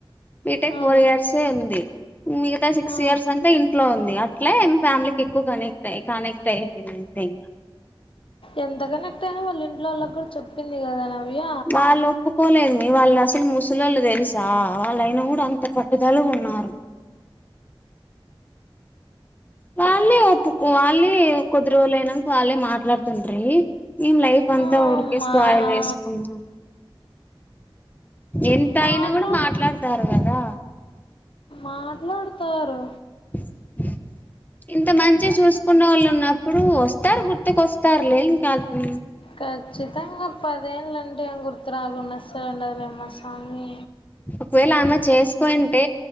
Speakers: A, on the left (about 20°); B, on the left (about 70°).
A: బిటెక్
B: ఆ
A: ఫోర్ ఇయర్సే ఉంది మిగతా సిక్స్
B: ఆ
A: ఇయర్స్ అంతా ఇంట్లో ఉంది అట్లే ఫ్యామిలీకి ఎక్కువ కనెక్ట్ అయ్య కనెక్ట్ అయిపోయింది అంతే ఇంకా
B: ఎంత కనెక్ట్ అయినా వాళ్ళ ఇంట్లో వాళ్ళకి కూడా చెప్పింది కదా నవ్య
A: వాళ్ళు ఒప్పుకోలేదు మీ వాళ్ళు అసలు ముసలు తెలుసా వాళ్ళయినా కూడా అంత పట్టుదల ఉన్నారు వాళ్ళే ఒప్పుకో వాళ్ళే కొద్ది రోజులు అయినాక వాళ్ళే మాట్లాడుతుంటీ ఏం లైఫ్ అంతా
B: ఆ
A: ఉరికే
B: మా
A: స్పాయిల్
B: ఆ
A: చేసుకుంటుంది ఎంత
B: మాట్లాడు
A: అయినా కూడా మాట్లాడతారు కదా
B: మాట్లాడుతారు
A: ఉహు ఇంత మంచిగా చూసుకున్న వాళ్ళు ఉన్నప్పుడు వస్తారు గుర్తుకు వస్తారులే కానీ
B: ఖచ్చితంగా పదేళ్ళంటే ఏం గుర్తు రాలన్నస్తలుండదిలేమ్మ స్వామి
A: ఒకవేళ ఆయమె చేసుకోంటే